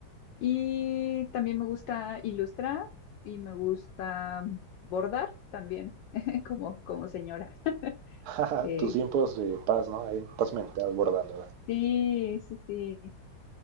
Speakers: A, on the left; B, on the right.
A: Y también me gusta ilustrar y me gusta bordar también, <laughs> como, como señora.
B: <laughs>
A: Eh,
B: Tus tiempos de paz, ¿no? Ahí, paz mental bordando.
A: sí, sí, sí.